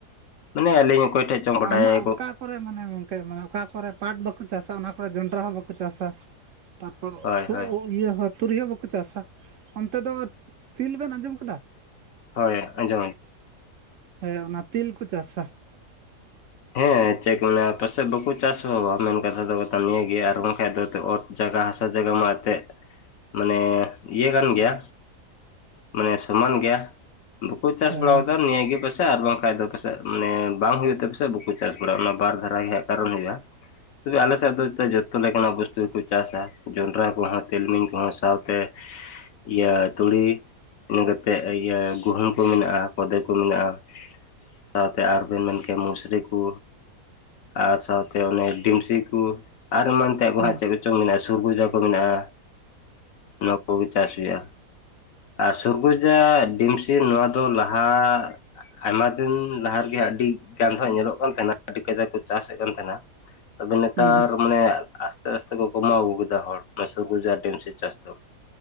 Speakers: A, on the left; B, on the right.
A: ᱢᱟᱱᱮ ᱟᱹᱞᱤᱧ ᱚᱠᱚᱭ ᱴᱷᱮᱡ ᱪᱚᱝ ᱵᱟᱰᱟᱭ
B: ᱟᱢᱟᱜ
A: ᱜᱚᱜ
B: ᱚᱠᱟ ᱠᱚᱨᱮ ᱢᱟᱱᱮ ᱜᱚᱝᱠᱮ ᱢᱟᱱᱮ ᱚᱠᱟ ᱠᱚᱨᱮ ᱯᱟᱴ ᱵᱟᱠᱚ ᱪᱟᱥᱟ ᱚᱱᱟ ᱠᱚᱨᱮ ᱡᱚᱱᱰᱨᱟ ᱦᱚᱸ ᱵᱟᱠᱚ ᱪᱟᱥᱟ᱾ ᱛᱟᱨᱯᱚᱨ
A: ᱦᱳᱭ
B: ᱦᱩ
A: ᱦᱳᱭ
B: <unintelligible> ᱤᱭᱟᱹ ᱦᱚᱸ ᱛᱩᱨᱤᱭᱳ ᱦᱚᱸ ᱵᱟᱠᱚ ᱪᱟᱥᱟ, ᱚᱱᱛᱮ ᱫᱚ ᱛᱤᱞ ᱵᱮᱱ ᱟᱸᱡᱚᱢ ᱠᱟᱫᱟ?
A: ᱦᱳᱭ ᱟᱸᱡᱚᱢ᱾
B: ᱦᱮᱸ ᱚᱱᱟ ᱛᱤᱞ ᱠᱚ ᱪᱟᱥᱟ᱾
A: ᱦᱮᱸ ᱪᱮᱫᱠᱚ ᱢᱮᱱᱟ <unintelligible> ᱯᱟᱥᱮᱫ ᱵᱟᱠᱚ ᱪᱟᱥᱵᱟᱵᱟ ᱢᱮᱱ ᱠᱟᱛᱷᱟ ᱫᱚ ᱱᱤᱭᱟᱹᱜᱮ ᱟᱨ ᱵᱟᱝᱠᱷᱟᱡ ᱫᱚ ᱚᱛ ᱡᱟᱭᱜᱟ ᱦᱟᱥᱟ ᱡᱟᱭ ᱢᱟ ᱮᱱᱛᱮᱫ ᱢᱟᱱᱮ ᱤᱭᱟᱹ ᱠᱟᱱ ᱜᱮᱭᱟ ᱢᱟᱱᱮ ᱥᱚᱢᱟᱱ ᱜᱮᱭᱟ ᱵᱟᱠᱚ ᱪᱟᱥ
B: ᱦᱮᱸ
A: ᱵᱟᱲᱟᱣᱠᱟᱫᱼᱟ ᱱᱤᱭᱟᱹ ᱜᱮ ᱵᱟᱥ ᱟᱨ ᱵᱟᱝᱠᱷᱟᱡ ᱫᱚ ᱯᱟᱥᱮᱫ ᱢᱟᱱᱮ ᱵᱟᱝ ᱦᱩᱭᱩᱜ ᱛᱮ ᱯᱟᱥᱮ ᱵᱟᱠᱚ ᱪᱟᱥ ᱵᱟᱲᱟᱜᱼᱟ ᱚᱱᱟ ᱵᱟᱨ ᱫᱷᱟᱨᱟ ᱜᱮᱷᱟᱜ ᱠᱟᱨᱚᱱ ᱦᱩᱭᱩᱜᱼᱟ ᱛᱚᱵᱮ ᱟᱞᱮ ᱥᱮᱫ ᱫᱚ ᱡᱚᱛᱚ ᱞᱮᱠᱟᱱᱟᱜ ᱚᱵᱚᱥᱳ ᱜᱮᱠᱚ ᱪᱟᱥᱼᱟ ᱡᱚᱱᱰᱨᱟ ᱠᱚᱦᱚᱸ ᱛᱤᱞᱢᱤᱧ ᱠᱚᱦᱚᱸ ᱥᱟᱶᱛᱮ ᱤᱭᱟᱹ ᱛᱩᱲᱤ ᱤᱱᱟᱹ ᱠᱟᱛᱮᱫ ᱤᱭᱟᱹ ᱜᱩᱦᱩᱢ ᱠᱚ ᱢᱮᱱᱟᱜᱼᱟ, ᱠᱷᱚᱫᱮ ᱠᱚ ᱢᱮᱱᱟᱜᱼᱟ ᱥᱟᱶᱛᱮ ᱟᱨ ᱵᱮᱱ ᱢᱮᱱ ᱠᱮᱫᱟ ᱢᱩᱥᱨᱤ ᱠᱚ ᱟᱨ ᱥᱟᱶᱛᱮ ᱚᱱᱮ ᱰᱤᱢᱥᱤ ᱠᱩ ᱟᱨ ᱮᱢᱟᱱ ᱛᱮᱭᱟᱜ ᱠᱚ
B: ᱦᱩᱸ
A: ᱦᱟᱸᱜ ᱪᱮᱫ ᱠᱚᱪᱚᱝ ᱢᱮᱱᱟᱜᱼᱟ, ᱥᱩᱨᱜᱩᱡᱟ ᱠᱚ ᱢᱮᱱᱟᱜᱼᱟ, ᱱᱚᱣᱟ ᱠᱚᱜᱮ ᱪᱟᱥ ᱦᱩᱭᱩᱜᱼᱟ᱾ ᱟᱨ ᱥᱩᱨᱜᱩᱡᱟ ᱰᱤᱢᱥᱤ ᱱᱚᱣᱟ ᱫᱚ ᱞᱟᱦᱟ ᱟᱭᱢᱟ ᱫᱤᱱ ᱞᱟᱦᱟ ᱨᱮᱜᱮ ᱟᱹᱰᱤ ᱜᱟᱱ ᱫᱚᱦᱟᱸᱜ ᱧᱮᱞᱚᱜ ᱠᱟᱱ ᱛᱟᱦᱮᱱᱼᱟ ᱟᱹᱰᱤ ᱠᱟᱡᱟᱠ ᱠᱚ ᱪᱟᱥᱮᱫ ᱠᱟᱱ ᱛᱟᱦᱮᱱᱟ ᱛᱚᱵᱮ ᱱᱮᱛᱟᱨ
B: ᱦᱩᱸ ᱦᱩᱸ
A: ᱢᱟᱱᱮ ᱟᱥᱛᱮ ᱟᱥᱛᱮ ᱠᱚ ᱠᱚᱢᱟᱣ ᱟᱹᱜᱩ ᱠᱮᱫᱟ ᱦᱚᱲ ᱥᱩᱨᱵᱩᱡᱟ ᱟᱨ ᱰᱤᱢᱥᱤ ᱪᱟᱥ ᱫᱚ᱾